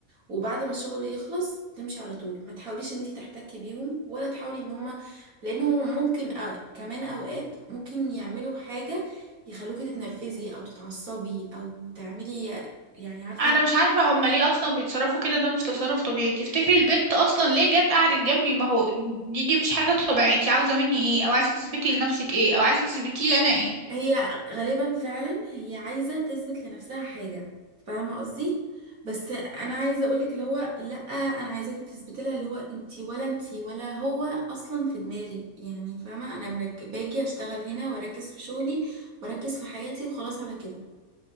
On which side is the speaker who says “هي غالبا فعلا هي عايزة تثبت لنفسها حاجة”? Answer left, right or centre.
Right